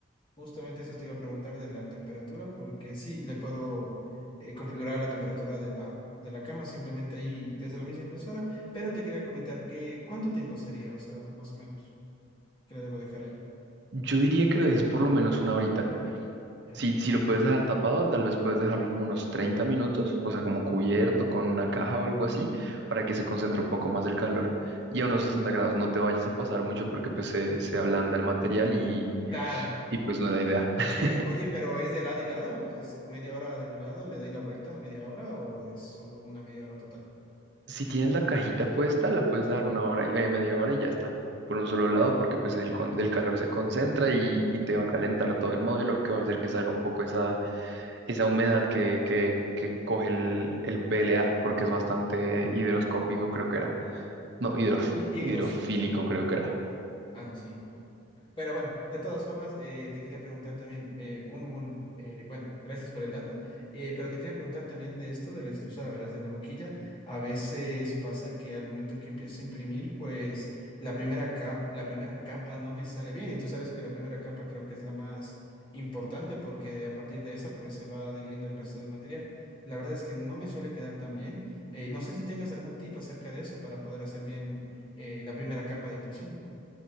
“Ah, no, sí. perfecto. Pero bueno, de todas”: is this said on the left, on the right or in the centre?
Left